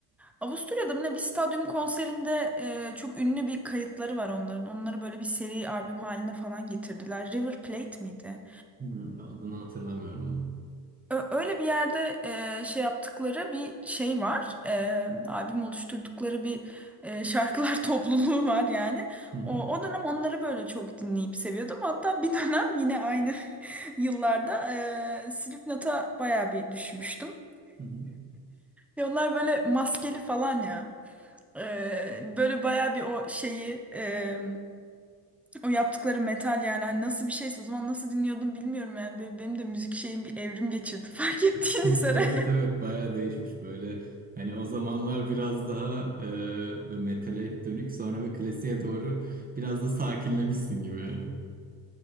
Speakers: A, in the centre; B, on the right.
A: Avusturya'da mı ne bir stadyum konserinde e, çok ünlü bir kayıtları var onların. Onları böyle bir seri albüm haline falan getirdiler. River Plate miydi?
B: Hı, Adını hatırlamıyorum
A: Ö- Öyle bir yerde e, şey yaptıkları bir şey var. E, albüm oluşturdukları bir e, şarkılar <laughs> topluluğu var yani.
B: Hı hı,
A: O, o dönem onları böyle çok dinleyip seviyordum. Hatta bir dönem yine aynı <laughs> yıllarda e, Slipknot'a bayağı bir düşmüştüm.
B: hı hı.
A: Ve onlar böyle maskeli falan ya. E, böyle bayağı bir o şeyi e, o yaptıkları metal yani hani nasıl bir şeyse o zaman nasıl dinliyordum bilmiyorum yani. Böyle benim de müzik şeyim bir evrim geçirdi <laughs> fark ettiğiniz
B: <laughs>
A: üzere.
B: Evet evet bayağı değişmiş böyle. Hani o zamanlar biraz daha e, böyle metale dönük sonra bir klasiğe doğru biraz da sakinlemişsin gibi yani.